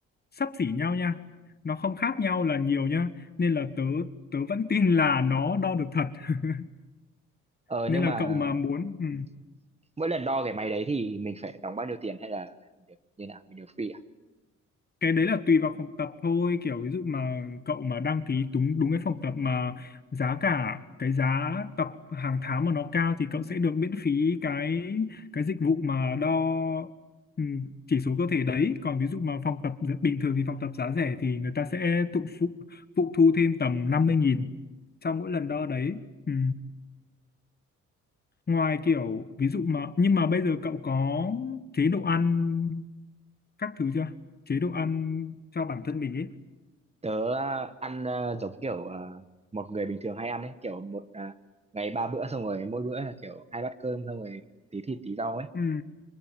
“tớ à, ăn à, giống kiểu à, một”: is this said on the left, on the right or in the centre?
Right